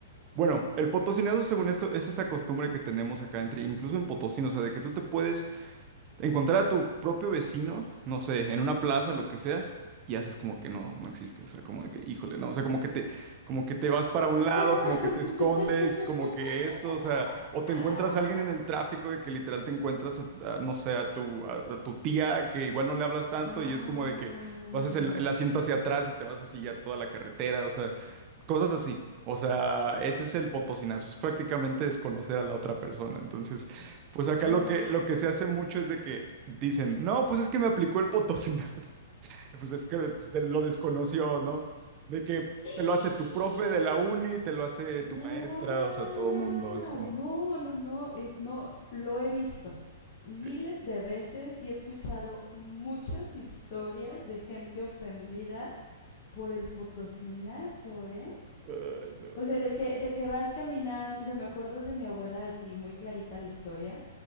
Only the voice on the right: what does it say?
Bueno, el potosinazo, según esto, es esta costumbre que tenemos acá entre, incluso en Potosí, ¿no? o sea, de que tú te puedes Encontrar a tu propio vecino, no sé, en una plaza, lo que sea, y haces como que no, no existe, o sea, como de que, híjole, no, o sea, como que te, como que te vas para un
lado, como que te escondes, como que esto, o sea, o te
encuentras a alguien
en el tráfico de que literal te encuentras, a- a, no sé, a tu, a, a tu tía que igual no le hablas tanto
y es como de que pasas el, el asiento hacia atrás y te vas así ya toda la carretera, o sea, cosas así. O sea, ese es el botocinazo, es prácticamente desconocer a la otra persona, entonces... Pues acá
lo que, lo que se hace mucho es de que dicen, no, pues es que me aplicó el potosinazo. <laughs> Pues es que pues, te lo desconoció, ¿no? De que
te lo hace tu profe de la uni, te lo hace
tu maestra, o sea, todo mundo es como,
sí.
Ay, no.